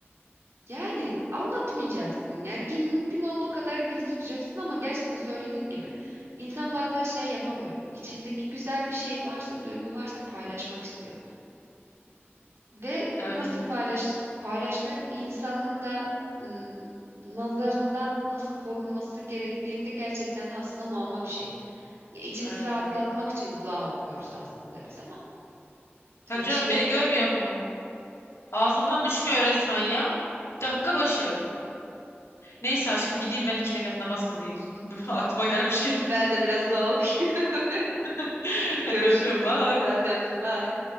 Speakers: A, on the right; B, on the left.
A: Yani anlatmayacaksın. Yani giz- mümkün olduğu kadar gizli tutacaksın ama gerçekten söylediğin gibi insan bazen şey yapamıyor. İçindeki güzel bir şey varsa, duygu varsa paylaşmak istiyor. Ve
B: öyle.
A: nasıl paylaş paylaştığın insanın da ım, nazarından nasıl korunması gerektiğini de gerçekten de aslında muamma bir şey. İçimizi
B: Öyle
A: rahatlatmak
B: tabii.
A: için dua okuyoruz aslında biz ama
B: Tabii
A: O kişileri
B: canım beni
A: de.
B: görmüyor mu? Ağzımdan düşmüyor resmen ya. Dakika başı. Neyse aşkım gideyim ben iki rekat namaz kılayım. <laughs> Aklıma gelmişken.
A: Ben de biraz doğa okuyorum.
B: <laughs>
A: <laughs> Görüşürüz.
B: Hadi öpüyorum. Bye.
A: Ben de öptüm. Bye.